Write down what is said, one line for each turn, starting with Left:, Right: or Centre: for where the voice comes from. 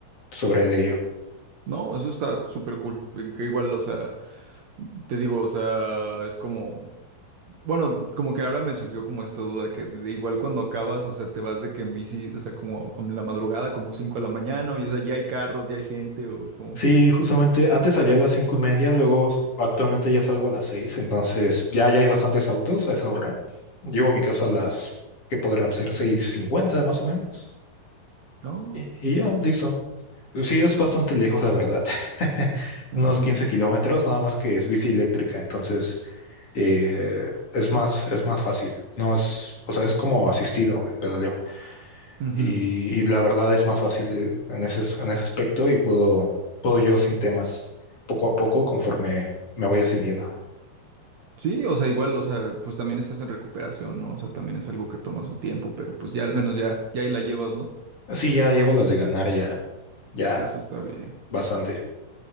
Left: sobre de ello.
Right: No, eso está súper cool. eh, que Igual, o sea, te digo, o sea, es como, bueno, como que ahora me surgió como esta duda que de igual cuando acabas, o sea, te vas de que en bici, o sea, como a la madrugada, como 5 de la mañana, o ya, o sea, ya hay carros, ya hay gente, o como,
Left: Sí, justamente antes salía a las cinco y media, luego s- actualmente ya salgo a las seis, entonces ya, ya hay bastantes autos a esa hora. Llego a mi casa a las que podrán ser seis cincuenta más o menos.
Right: ¿no?
Left: Y y ya, listo. Sí, es bastante lejos, la verdad. <laughs>
Right: Ujú,
Left: Unos 15 kilómetros, nada más que es bici eléctrica, entonces eh, es más, es más fácil. No es, o sea, es como asistido el pedaleo.
Right: ujú.
Left: Y, y la verdad es más fácil en ese, en ese aspecto y puedo, puedo yo sin temas, poco a poco, conforme me vaya sintiendo.
Right: Sí, o sea, igual, o sea, pues también estás en recuperación, ¿no? O sea, también es algo que toma su tiempo, pero pues ya al menos ya, ya ahí la llevas, ¿no?
Left: Sí, ya llevo las de ganar ya, ya
Right: Eso está bien.
Left: bastante.